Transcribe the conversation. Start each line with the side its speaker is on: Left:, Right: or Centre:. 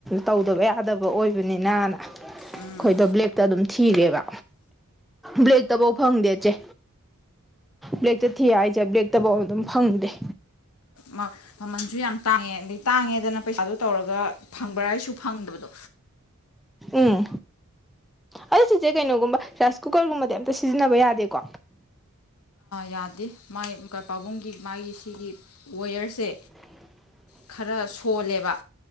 Centre: ꯇꯧꯗꯕ ꯌꯥꯗꯕ ꯑꯣꯏꯕꯅꯤꯅꯅ ꯑꯩꯈꯣꯏꯗꯣ
Left: ꯎꯝ
Centre: ꯕ꯭ꯂꯦꯛꯇ ꯑꯗꯨꯝ ꯊꯤꯔꯦꯕ ꯕ꯭ꯂꯦꯛꯇꯐꯧ ꯐꯪꯗꯦ ꯏꯠꯆꯦ ꯕ꯭ꯂꯦꯛꯇ ꯊꯤ ꯍꯥꯏꯁꯦ ꯕ꯭ꯂꯦꯛꯇꯐꯧ ꯑꯗꯨꯝ ꯐꯪꯗꯦ
Left: ꯃꯥ ꯃꯃꯟꯁꯨ ꯌꯥꯝ ꯇꯥꯡꯉꯦ ꯑꯗꯩ ꯇꯥꯡꯉꯦꯗꯅ ꯄꯩꯁꯥꯗꯨꯣ ꯇꯧꯔꯒ ꯐꯪꯕ꯭ꯔꯥ ꯍꯥꯏꯁꯨ ꯐꯪꯗꯕꯗꯣ
Centre: ꯎꯝ ꯑꯗꯨ ꯁꯤꯁꯦ ꯀꯩꯅꯣꯒꯨꯝꯕ ꯔꯥꯏꯁ ꯀꯨꯀꯔꯒꯨꯝꯕꯗꯤ ꯑꯝꯇ ꯁꯤꯖꯤꯟꯅꯕ ꯌꯥꯗꯦꯀꯣ
Left: ꯌꯥꯗꯦ ꯃꯥꯏ ꯄꯥꯕꯨꯡꯒꯤ ꯃꯥꯒꯤ ꯁꯤꯒꯤ ꯋꯦꯌꯔꯁꯦ
Centre: <inaudible>
Left: ꯈꯔ ꯁꯣꯜꯂꯦꯕ